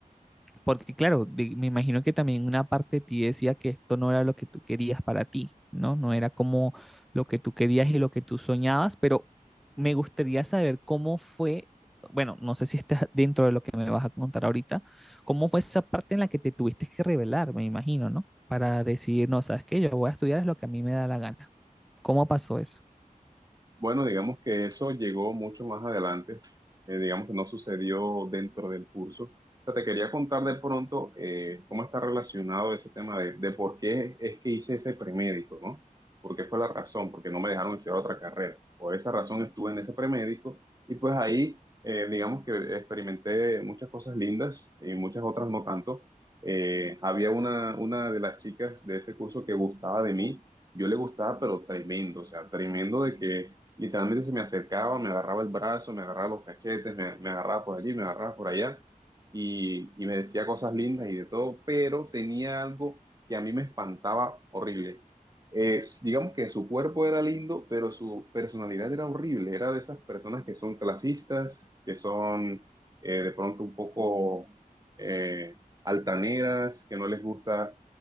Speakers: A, in the centre; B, on the right.
A: porque claro, de- me imagino que también una parte de ti decía que esto no era lo que tú querías para ti, ¿no? No era como lo que tú querías y lo que tú soñabas, pero me gustaría saber cómo fue, bueno, no sé si está dentro de lo que me vas a contar ahorita, cómo fue esa parte en la que te tuviste que revelar, me imagino, ¿no? Para decidir, no, ¿sabes qué? Yo voy a estudiar es lo que a mí me da la gana. ¿Cómo pasó eso?
B: Bueno, digamos que eso llegó mucho más adelante, eh, digamos que no sucedió dentro del curso. O sea, te quería contar de pronto eh, cómo está relacionado ese tema de, de por qué es que hice ese premédico, ¿no? ¿Por qué fue la razón? Porque no me dejaron estudiar otra carrera. Por esa razón estuve en ese premédico y pues ahí, eh, digamos que experimenté muchas cosas lindas y muchas otras no tanto. Eh, había una, una de las chicas de ese curso que gustaba de mí yo le gustaba, pero tremendo, o sea, tremendo de que Literalmente se me acercaba, me agarraba el brazo, me agarraba los cachetes, me, me agarraba por allí, me agarraba por allá y, y me decía cosas lindas y de todo, pero tenía algo que a mí me espantaba horrible. Eh, digamos que su cuerpo era lindo, pero su personalidad era horrible. Era de esas personas que son clasistas, que son eh, de pronto un poco eh, altaneras, que no les gusta